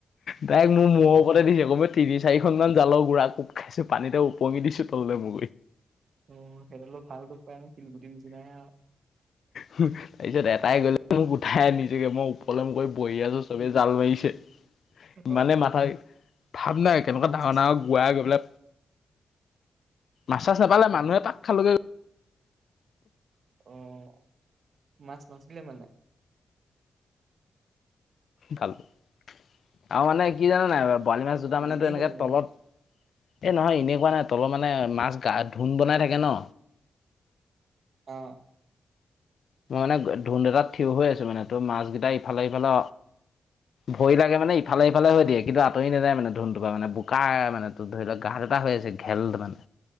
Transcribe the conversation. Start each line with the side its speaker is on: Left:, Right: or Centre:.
Left: তাইক মোৰ ম লগতে দিছে আকৌ মই তি চাৰিখনমান জালৰ গুড়াকো খাইো পানীতে পঙি দিছো ত ম মু
Right: অ, সেইডলো ভাল দুখ পায় ন শিলগুটিৰ নিচিনাইে আৰু
Left: তাৰ পিছত এটাই গ'লে মোক উঠাই নিজকে মই সকলমকৈ বহি আছো চবে জাল মাৰিছে। ইমানেই
Right: অ
Left: মাথা ভাপ নাই কেনেকুৱা
Right: মাছ
Left: ডাঙৰ
Right: আছে
Left: ডাঙৰ গোৱাই গৈ পেললে মাছা চ নাপালে
Right: অ
Left: মানুহে পাক খালগে
Right: আহ, মাছ নাছিলে মানে
Left: ভাল আৰু মানে কি জানে নাই বৰালি মাছ
Right: অ
Left: দুটা মানে
Right: এনেই
Left: তো এনেকে
Right: কলি
Left: তলত
Right: মানে
Left: এই নহয় এনেকুৱা নাই তলত মানে মাছ গা ধোন বনাই থাকে ন
Right: অ,
Left: মই মানে ধুন্দ এটাত থিয় হৈ আছো মানে তোৰ মাছ কেইটা ইফালে সফালে ভৰি লাগে মানে ইফালে ইফালে হৈ দিয়ে কিন্তু আতৰি নাযায় মানে ধুনটোৰ পৰা মানে বোকা মানে ধৰি লওকা হৈছে ঘেল মানে